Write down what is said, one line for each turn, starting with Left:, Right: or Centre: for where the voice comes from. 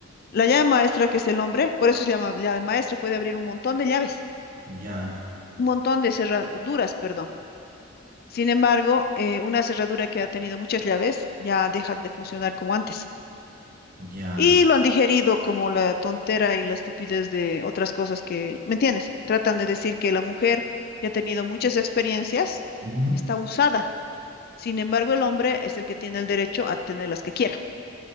Left: la llave maestra que es el hombre, por eso se llama llave maestra, puede abrir un montón de llaves.
Right: Ya,
Left: un montón de cerraduras, perdón. Sin embargo, eh, una cerradura que ha tenido muchas llaves ya deja de funcionar como antes.
Right: ya.
Left: Y lo han digerido como la tontera y la estupidez de otras cosas que, ¿me entiendes? Tratan de decir que la mujer ya ha tenido muchas experiencias
Right: Ujú.
Left: está usada. Sin embargo, el hombre es el que tiene el derecho a tener las que quiera.